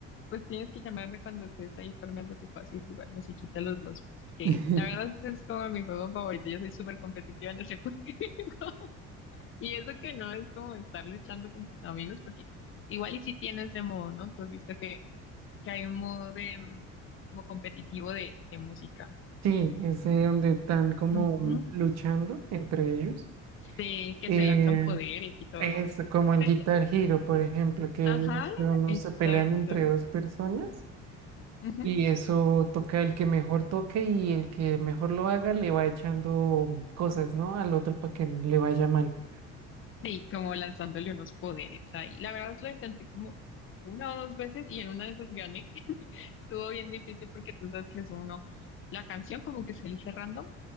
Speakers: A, on the left; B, on the right.
A: pues tienes que llamarme cuando estés ahí formando tu pase y jugar musiquita los dos. Que
B: <laughs>
A: la verdad es como mi juego favorito. Yo soy súper competitiva en ese juego. <laughs> Y eso que no es como estar luchando con tus amigos, porque igual y si tienes ese modo, ¿no? Tú has visto que, que hay un modo de mm, como competitivo de, de música.
B: Sí, ese donde están como
A: Ujú.
B: luchando entre ellos.
A: Sí, que
B: Eh,
A: se lanzan poderes y todo.
B: es como el
A: Sí,
B: Guitar Hero, por ejemplo, que
A: ajá,
B: ellos no no
A: exacto.
B: se pelean entre dos personas.
A: Ujú.
B: Y eso toca el que mejor toque y el que mejor lo haga le va echando cosas, ¿no? Al otro para que le vaya mal.
A: Sí, como lanzándole unos poderes ahí. La verdad, lo intenté como una o dos veces y en una de esas gané. <laughs> Estuvo bien difícil porque tú sabes que es uno, la canción como que se elige random